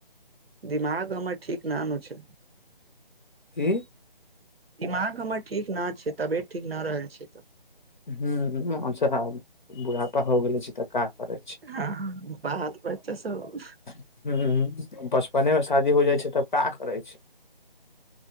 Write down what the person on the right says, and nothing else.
दिमाग हमर ठीक न नु छै
दिमाग हमर ठीक ना छै तबियत ठीक नहि रहल छै
ह बात बच्चा सब